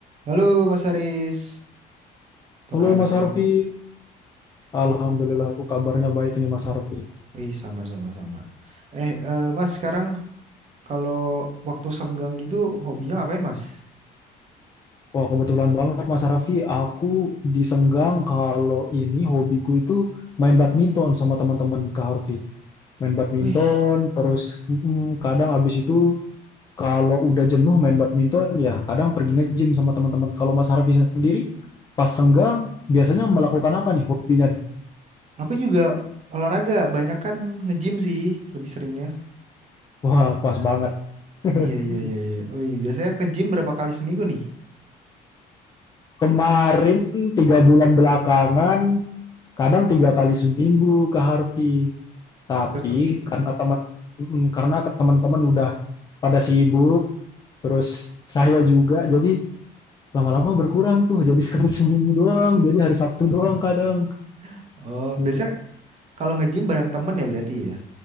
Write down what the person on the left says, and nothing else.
Halo
Mas Harfi,
Alhamdulillah aku kabarnya baik nih Mas Harfi.
Wah kebetulan banget Mas Harfi, aku disenggang kalau ini hobiku itu main badminton sama teman-teman Kak Harfi. Main badminton,
terus mm, kadang habis itu kalau udah jenuh main badminton ya kadang pergi nge-gym sama teman-teman. Kalau Mas Harfi sendiri pas senggang biasanya
melakukan apa nih hobinya nih?
Wah pas banget. <laughs>
Kemarin tiga bulan belakangan, kadang tiga kali seminggu ke Harvey. Tapi
karena teman mm, karena ke- teman-teman udah pada sibuk, terus saya juga jadi lama-lama berkurang tuh. Jadi <laughs> sekali seminggu doang, jadi hari Sabtu
doang kadang
gitu.